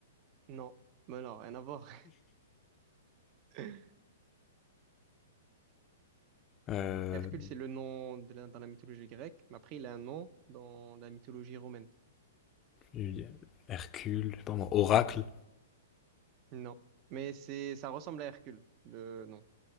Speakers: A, on the right; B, on the left.
A: Non. Mais non, rien à voir. <laughs>
B: euh,
A: Hercule, c'est le nom de la- dans la mythologie grecque, mais après, il a un nom dans la mythologie romaine.
B: Uli- Hercule, je sais pas moi, Oracle,
A: Non. Mais c'est, ça ressemble à Hercule, le nom.